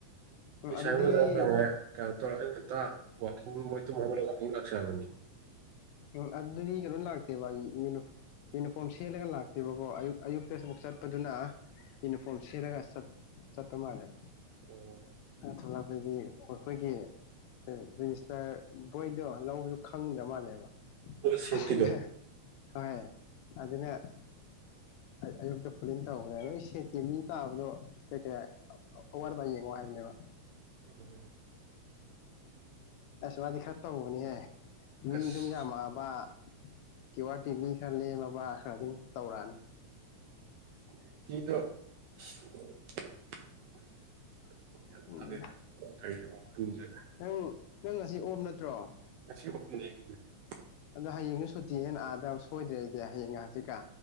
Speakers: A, on the left; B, on the right.
A: ꯑꯗꯨꯗꯤ
B: ꯑꯩ ꯉꯝꯇ ꯋꯥꯋꯀꯤꯡ ꯃꯣꯏ ꯇꯨꯝꯍꯅ ꯋꯥꯋꯀꯤꯡ ꯂꯥꯛꯆꯔꯕꯅꯤ
A: ꯎꯝ ꯑꯗꯨꯗꯤ ꯀꯩꯅꯣꯝ ꯂꯥꯛꯇꯦꯕ <unintelligible> ꯌꯨꯅꯤꯐꯣꯔꯝ ꯁꯦꯠꯂꯒ ꯂꯥꯛꯇꯦꯕꯀꯣ ꯑꯌꯨꯛ ꯑꯌꯨꯛꯇ ꯁ ꯑꯃꯨꯛ ꯆꯠꯄꯗꯨꯅ ꯌꯨꯅꯤꯐꯣꯔꯝ ꯁꯦꯠꯒ ꯆꯠ ꯆꯠꯇ ꯃꯥꯜꯂꯦꯕ
B: ꯑꯣ
A: ꯊꯣꯛꯂꯛꯄꯗꯤ ꯈꫭꯏꯒꯤꯑꯩꯈꯣꯏꯋꯗꯓꯝꯝ ꯃꯇꯧ ꯑꯩ ꯔꯦꯖꯤꯁꯇꯔ ꯕꯣꯏꯗꯣ ꯂꯧꯕꯁꯨ ꯈꯪꯗ꯭ꯔ ꯃꯥꯜꯂꯕ
B: ꯁꯦꯠꯀꯤꯗꯣ
A: ꯑꯗꯨꯅ ꯍꯣꯏ ꯑꯗꯨꯅ ꯑꯌꯨꯛꯇ ꯐꯨꯂꯤꯟ ꯇꯧꯕꯅꯦ ꯅꯣꯏ ꯁꯦꯠꯀꯤ ꯃꯤ ꯇꯥꯕꯗꯣ ꯀꯩ ꯀꯩ ꯑꯋꯥꯠꯕ ꯌꯦꯡꯉꯣ ꯍꯥꯏꯕꯅꯦꯕ
B: <unintelligible>
A: ꯃꯥꯗꯤ ꯈꯔ ꯇꯧꯕꯅꯦꯍꯦ ꯃꯤ
B: ꯑꯁ
A: ꯑꯗꯨꯝ ꯌꯥꯝꯃꯛꯑꯕ ꯀꯤꯌꯨ ꯑꯥꯔ ꯇꯤ ꯃꯤ ꯈꯔ ꯂꯦꯝꯃꯕꯥ ꯈꯔ ꯑꯗꯨꯝ ꯇꯧꯔꯛꯑꯅꯤ
B: <unintelligible> <unintelligible> <unintelligible>
A: ꯈꯪꯗꯦꯗ ꯅꯪ ꯅꯪ ꯉꯁꯤ ꯑꯣꯞ ꯅꯠꯇ꯭ꯔꯣ
B: <unintelligible>
A: ꯑꯗꯣ ꯍꯌꯦꯡꯁꯨ ꯁꯨꯇꯤꯅ ꯑꯥꯗ ꯁꯣꯏꯗ꯭ꯔꯦꯗꯤ ꯍꯌꯦꯡ ꯉꯍꯥꯛꯁꯤ ꯀ